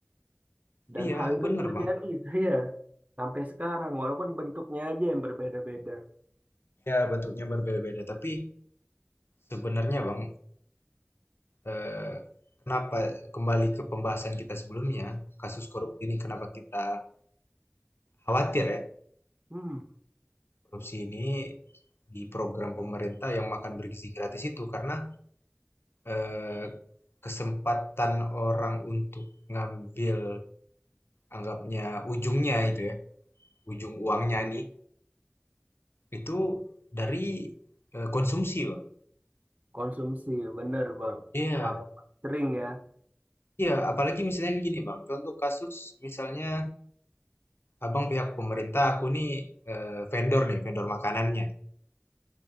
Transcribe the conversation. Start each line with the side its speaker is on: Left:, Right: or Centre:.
Right: Dan
Left: iya
Right: hal itu
Left: benar
Right: terjadi
Left: Bang.
Right: <laughs> saya sampai sekarang, walaupun bentuknya aja yang berbeda-beda.
Left: Ya bentuknya berbeda-beda tapi sebenarnya Bang eh, kenapa kembali ke pembahasan kita sebelumnya, kasus korupsi ini kenapa kita khawatir ya,
Right: Hmm,
Left: korupsi ini di program pemerintah yang makan bergizi gratis itu karena eh, kesempatan orang untuk ngambil anggapnya ujungnya itu ya, ujung uangnya nih itu dari eh, konsumsi, Bang.
Right: konsumsi, bener bang.
Left: Iya,
Right: Hal yang paling sering ya,
Left: iya, apalagi misalnya gini, Bang. Contoh kasus misalnya abang pihak pemerintah, aku nih eh, vendor nih, vendor makanannya.